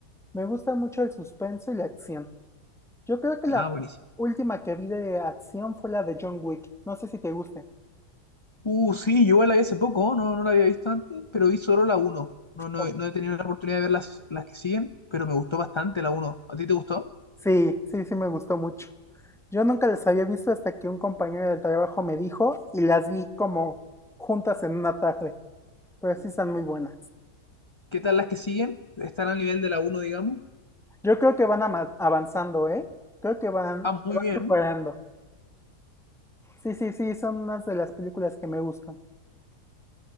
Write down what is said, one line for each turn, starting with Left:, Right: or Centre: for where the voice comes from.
Centre: me gusta mucho el suspenso y la acción. Yo creo que la
Left: Ah, buenísimo.
Centre: última que vi de acción fue la de John Wick. No sé si te guste.
Left: Uh, sí, yo igual la vi hace poco, no, no la había visto antes, pero vi solo la uno No, no,
Centre: O-
Left: no he tenido la oportunidad de ver las, las que siguen, pero me gustó bastante la uno ¿A ti te gustó?
Centre: Sí, sí, sí me gustó mucho. Yo nunca las había visto hasta que un compañero del trabajo me dijo y las vi como juntas en una tarde. Pero sí están muy buenas.
Left: ¿Qué tal las que siguen? ¿Están al nivel de la uno digamos?
Centre: Yo creo que van ama- avanzando, ¿eh? Creo que van,
Left: Ah, muy
Centre: se van
Left: bien.
Centre: superando. Sí, sí, sí, son unas de las películas que me gustan.